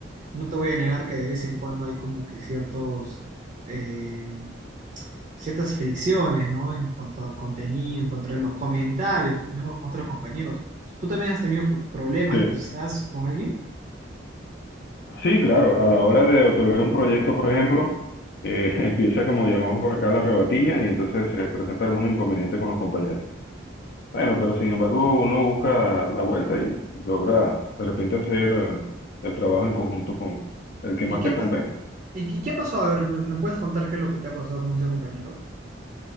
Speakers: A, on the right; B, on the left.
A: No te voy a negar que de vez en cuando hay como que ciertos... eh, ciertas fricciones, ¿no? En cuanto a contenido, en cuanto a los comentarios que tenemos con otros compañeros. ¿Tú también has tenido p- problemas
B: Sí.
A: quizás con alguien?
B: Sí, claro, a la hora de otorgar un proyecto, por ejemplo, eh, <laughs> empieza como llamamos por acá la rebatiña y entonces se presenta algún inconveniente con los compañeros. Bueno, pero sin embargo uno busca la vuelta y, y logra de repente hacer eh, el trabajo en conjunto con el que
A: ¿Y
B: más
A: qué,
B: te
A: pa-
B: convenga.
A: y, y qué pasó? A ver, ¿me, me puedes contar qué es lo que te ha pasado con ese compañero?